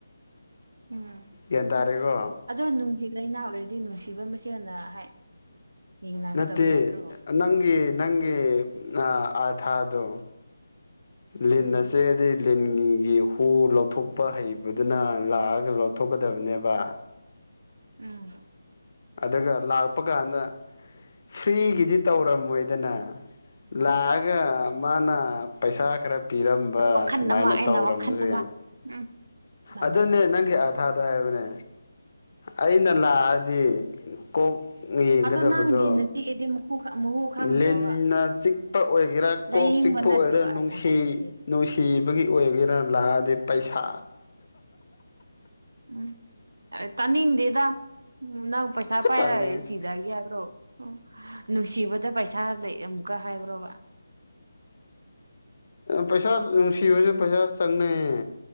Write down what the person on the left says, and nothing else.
ꯌꯒ꯭ꯟ ꯇꯥꯔꯦꯀꯣ
ꯅꯠꯇꯦ
ꯅꯪꯒꯤ ꯅꯪꯒꯤ ꯑꯥꯔꯊꯥꯗꯣ ꯂꯤꯟꯅ
ꯆꯤꯛꯑꯗꯤ ꯂꯤꯟꯒꯤ ꯍꯨ ꯂꯧ ꯊꯣꯛꯄ ꯍꯩꯕꯗꯨꯅ ꯂꯥꯛꯑꯒ ꯂꯧꯊꯣꯛꯀꯗꯕꯅꯦꯕ
ꯑꯗꯨꯒ ꯂꯥꯛꯄ ꯀꯥꯟꯗ ꯐ꯭ꯔꯤꯒꯤꯗꯤ ꯇꯧꯔꯝꯃꯣꯏꯗꯅ ꯂꯥꯛꯑꯒ ꯃꯥꯅ ꯄꯩꯁꯥ ꯈꯔ ꯄꯤꯔꯝꯕ
ꯁꯨꯃꯥꯏꯅ
ꯇꯧꯔꯝꯕꯁꯦ
ꯌꯥꯝ
ꯑꯗꯨꯅꯦ ꯅꯪꯒꯤ ꯑꯥꯔꯊꯥꯗꯣ ꯍꯥꯏꯕꯅꯦ ꯑꯩꯅ ꯂꯥꯛꯑꯗꯤ ꯀꯣꯛ ꯌꯦꯡꯒꯗꯕꯗꯣ
ꯂꯤꯟꯅ ꯆꯤꯛꯄ ꯑꯣꯏꯒꯦꯔꯥ
ꯀꯣꯛ ꯆꯤꯛꯄ
ꯑꯣꯏꯔ
ꯅꯨꯡꯁꯤ
ꯅꯨꯡꯁꯤꯕꯒꯤ ꯑꯣꯏꯒꯦꯔꯥ ꯂꯥꯛꯑꯗꯤ ꯄꯩꯁꯥ
ꯇꯥꯅꯤꯡꯉꯤ
ꯄꯩꯁꯥ ꯅꯨꯡꯁꯤꯕꯁꯨ ꯄꯩꯁꯥ ꯆꯪꯅꯩꯌꯦ